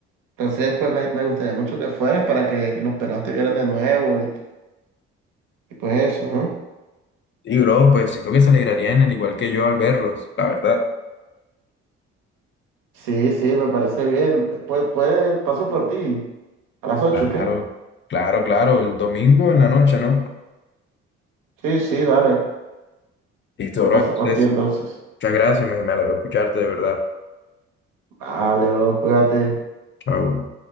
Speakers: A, on the right; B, on the left.
A: Entonces, pues, me, me gustaría mucho que fueras para que los pelados te vieran de nuevo y, y pues eso, ¿no?
B: Y bro, pues siento que se alegrarían al igual que yo al verlos, la verdad.
A: Sí, sí, me parece bien. Pues, puede, paso por ti. A las 8,
B: Claro,
A: ¿qué?
B: claro, claro, el domingo en la noche, ¿no?
A: Sí, sí, vale.
B: Listo,
A: Yo
B: bro.
A: paso
B: Entonces,
A: por ti entonces.
B: muchas gracias, me, me alegro escucharte, de verdad.
A: Vale, bro, cuídate.
B: Chao.